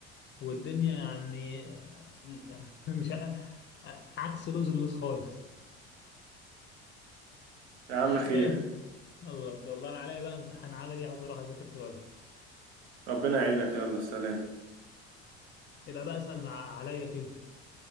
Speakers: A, on the left; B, on the right.
A: والدنيا يعني <laughs> مش ع- عكس لوز اللوز خالص
B: يا عم
A: <laughs>
B: خير
A: ايه يلا ان شاء الله انا عليا بقى امتحان عملي عاوز اروح اذاكر فيه وجه
B: ربنا يعينك يلا سلام
A: يبقى بقى اسال مع عليا كده